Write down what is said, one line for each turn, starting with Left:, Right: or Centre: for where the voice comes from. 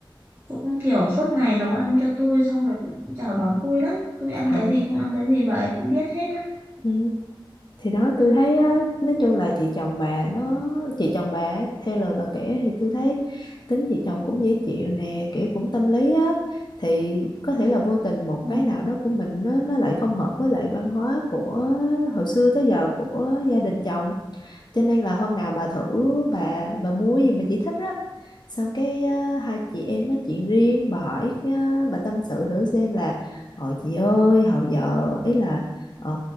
Right: cũng kiểu suốt ngày nấu ăn cho tôi xong rồi cũng chào đón tôi lắm tôi ăn
Left: ờ,
Right: cái gì không ăn cái gì bà ấy cũng biết hết á
Left: ừ. thì đó tôi thấy á, nói chung là chị chồng bà nó chị chồng bà á, theo lời bà kể thì tôi thấy tính chị chồng cũng dễ chịu nè kiểu cũng tâm lý á thì có thể là vô tình một
Right: Ừ.
Left: cái nào đó của mình nó nó lại không hợp với lại văn hóa của hồi xưa tới giờ của gia đình chồng cho nên là hôm nào bà thử bà bà mua gì mà chị thích á xong cái ờ, hai chị em nói chuyện riêng bà hỏi ờ, bà tâm sự thử xem là ờ chị ơi hồi giờ ấy là ờ,